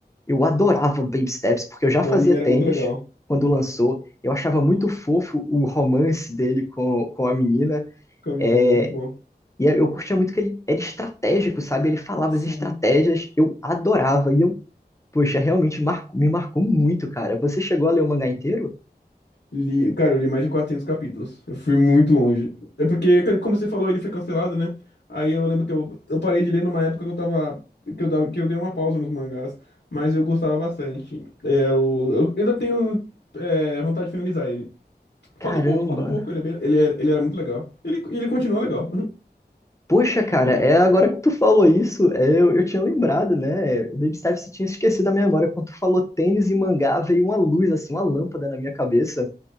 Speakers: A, on the left; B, on the left.
A: eu adorava Baby Steps, porque eu já
B: O
A: fazia
B: anime
A: tênis
B: era muito legal. O
A: quando lançou. Eu achava muito fofo o romance dele com, com a menina.
B: Kamini
A: É,
B: era muito bom.
A: e eu curtia muito que ele era estratégico, sabe? Ele falava
B: Sim.
A: as estratégias, eu adorava. E eu Poxa, realmente mar- me marcou muito, cara. Você chegou a ler o mangá inteiro?
B: Li, cara, eu li mais de 400 capítulos. Eu fui muito longe. É porque, c- como você falou, ele foi cancelado, né? Aí eu lembro que eu, eu parei de ler numa época que eu tava. Que eu, da- que eu dei uma pausa nos mangás. Mas eu gostava bastante. É, eu, eu ainda tenho é, vontade de finalizar ele. Falta
A: Caramba!
B: pouco, falta pouco. Ele, é bem- ele, é- ele era muito legal. Ele, e ele continua legal.
A: Poxa, cara, é agora que tu falou isso, é, eu, eu tinha lembrado, né? Baby Steps tinha esquecido da minha memória. Quando tu falou tênis e mangá, veio uma luz, assim, uma lâmpada na minha cabeça.